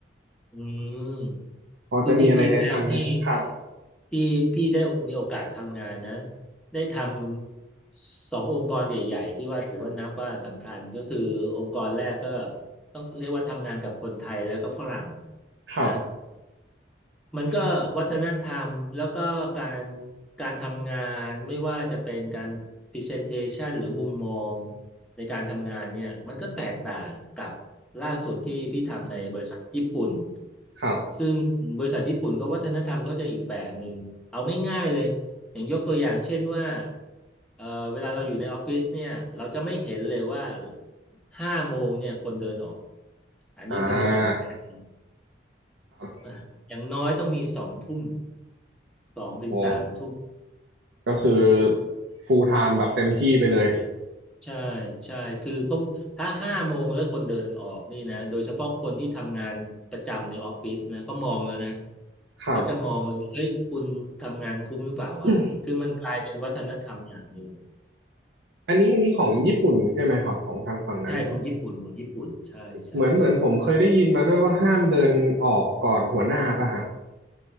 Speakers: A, in the centre; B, on the right.
A: อืม
B: พอจะมีอะไรแนะนำไหมฮะครับ
A: คือจริงๆแล้วนี่ที่พี่ได้มีโอกาสทำงานนะได้ทำสององค์กรใหญ่ๆที่ว่าถือว่านับว่าสำคัญก็คือองค์กรแรกก็ต้องเรียกว่าทำงานกับคนไทยแล้วก็ฝรั่ง
B: ครับ
A: นะ มันก็วัฒนธรรมแล้วก็การการทำงานไม่ว่าจะเป็นการ presentation หรือมุมมองในการทำงานเนี่ยมันก็แตกต่างกับล่าสุดที่พี่ทำในบริษัทญี่ปุ่น
B: <clears throat> ครับ
A: ซึ่งบริษัทญี่ปุ่นก็วัฒนธรรมเขาจะอีกแบบหนึ่งเอาง่ายๆเลยอย่างยกตัวอย่างเช่นว่าเอ่อเวลาเราอยู่ในออฟฟิศเนี่ยเราจะไม่เห็นเลยว่าห้าโมงเนี่ยคนเดินออกอันนี้คืออย่างแรก
B: อ่าครับ
A: อ่ะอย่างน้อยต้องมีสองทุ่มสองถึงสามทุ่ม
B: โอ้ก็คือ full time แบบเต็มที่ไปเลย
A: ใช่ใช่คือเขาถ้าห้าโมงแล้วคนเดินออกนี่นะโดยเฉพาะคนที่ทำงานประจำในออฟฟิศนะเขามองแล้วนะ
B: ครับ
A: เขาจะมองเลยเฮ้ยคุณทำงานคุ้มหรือเปล่าวะคือมันกลายเป็นวัฒนธรรมอย่างหนึ่ง
B: <clears throat> อืมอันนี้อันนี้ของญี่ปุ่นใช่ไหมครับของทางฝั่งนั้นใช่ไหม
A: ใช่ของญี่ปุ่นของญี่ปุ่นใช่ใช่
B: เหมือนเหมือนผมเคยได้ยินมาด้วยว่าห้ามเดินออกก่อนหัวหน้าป่ะฮะ